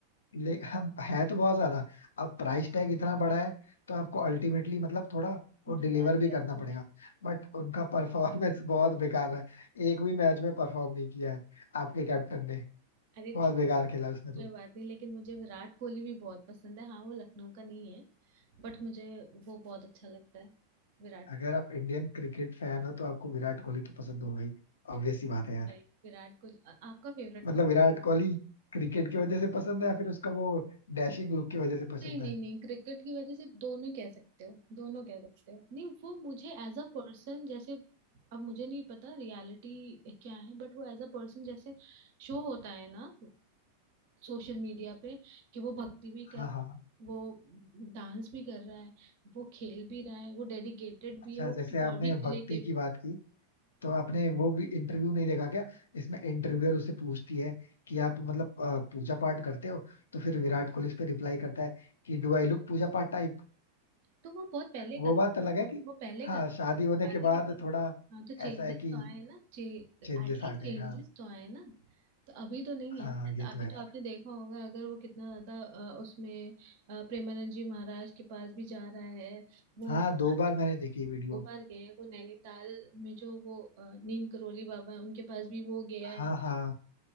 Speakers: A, on the left; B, on the right.
A: ले अब है तो बहुत ज्यादा अब प्राइस टैग इतना बड़ा है तो आपको अल्टीमेटली मतलब थोड़ा वो
B: डुबा
A: डिलीवर
B: दिया
A: भी करना
B: थोड़ा।
A: पड़ेगा बट उनका परफॉर्मेंस <laughs> बहुत बेकार है एक भी मैच में परफॉर्म नहीं किया है आपके कैप्टन ने
B: अरे
A: बहुत
B: ठीक
A: बेकार खेला उसने तो
B: कोई बात नहीं लेकिन मुझे विराट कोहली भी बहुत पसंद है हाँ वो लखनऊ का नहीं है बट मुझे वो बहुत अच्छा लगता है विराट
A: अगर
B: कोहली
A: आप इंडियन क्रिकेट फैन हो तो आपको विराट कोहली तो पसंद होगा ही
B: भाई-
A: ऑब्वियस सी बात
B: भाई,
A: है यार
B: विराट कोहली आ- आपका फेवरेट
A: मतलब
B: कौन
A: विराट कोहली क्रिकेट की वजह से पसंद है या फिर उसका वो डैशिंग लुक की वजह से पसंद
B: नहीं नहीं
A: है
B: नहीं क्रिकेट की वजह से दोनों कह सकते हो दोनों कह सकते हो नहीं वो मुझे एज अ पर्सन जैसे अब मुझे नहीं पता रियलिटी क्या है बट वो एज अ पर्सन जैसे शो होता है ना सोशल मीडिया पे कि वो भक्ति भी कर
A: हाँ हाँ
B: वो डांस भी कर रहा है वो खेल भी रहा है वो डेडिकेटेड भी
A: अच्छा
B: है वो
A: जैसे
B: अपनी बॉडी
A: आपने
B: को
A: भक्ति
B: लेके भी
A: की बात की तो आपने वो भी इंटरव्यू नहीं देखा क्या इसमें इंटरव्यूअर उससे पूछती है कि आप मतलब अ, पूजा पाठ करते हो तो फिर विराट कोहली इस पे रिप्लाई करता है कि डू आई लुक पूजा पाठ टाइप
B: तो वो बहुत पहले
A: वो
B: का था
A: बात अलग
B: ना,
A: है कि
B: वो पहले
A: हाँ
B: का था
A: शादी
B: शादी
A: होने के बाद
B: के पहले।
A: थोड़ा
B: हाँ तो चेंजेस
A: ऐसा है कि
B: तो आए ना चे एटलीस्ट
A: चेंजेस आ
B: चेंजेस
A: गए हाँ
B: तो आए ना तो अभी तो नहीं
A: हाँ
B: है ना जैसे
A: ये
B: अभी
A: तो है
B: तो
A: यार
B: आपने देखा होगा अगर वो कितना ज्यादा अ, उसमें अ, प्रेमानंद जी महाराज के पास भी जा रहा है वो
A: हाँ दो
B: हाँ,
A: बार मैंने देखी
B: दो
A: वीडियो
B: बार गए हैं वो नैनीताल में जो वो अ, नीम करोली बाबा है उनके पास भी वो गया है
A: हाँ हाँ